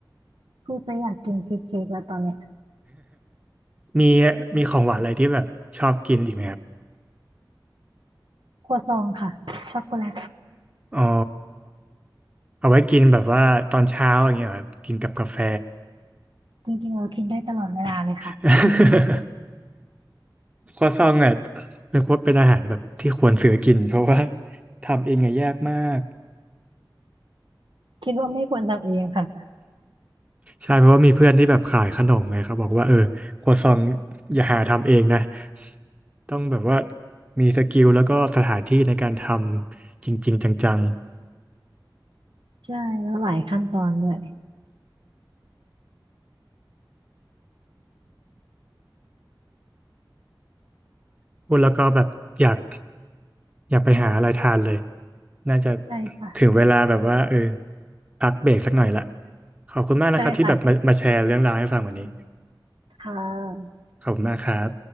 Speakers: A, on the right (about 85°); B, on the right (about 15°).
A: คูอจะอยากกินชีสเค้กแล้วตอนเนี้ย
B: มีมีของหวานอะไรที่แบบชอบกินอีกไหมครับ
A: ครัวซองค่ะช็อกโกแลต
B: อ๋อเอาไว้กินแบบว่าตอนเช้าอย่างเงี้ยครับกินกับกาแฟ
A: จริงๆเรากินได้ตลอดเวลาเลยค่ะ
B: <laughs> ครัวซองเนี่ยเป็นควเป็นอาหารแบบที่ควรซื้อกินเพราะว่าทำเองอะยากมาก
A: คิดว่าไม่ควรทำเองค่ะ
B: ใช่เพราะว่ามีเพื่อนที่แบบขายขนมไงเขาบอกว่าเออครัวซองอย่าหาทำเองนะต้องแบบว่ามีสกิลแล้วก็สถานที่ในการทำจริงๆจัง
A: ใช่แล้วหลายขั้นตอนด้วย
B: ๆพูดแล้วก็แบบอยากอยากไปหาอะไรทานเลยน่าจะ
A: ใช่ค่ะ
B: ถึงเวลาแบบว่าเออพักเบรกสักหน่อยละขอบคุณมากนะครับที่แบบมามาแชร์เรื่องราวให้ฟังวันนี้
A: ใช่ค่ะค่ะ
B: ขอบคุณมากครับ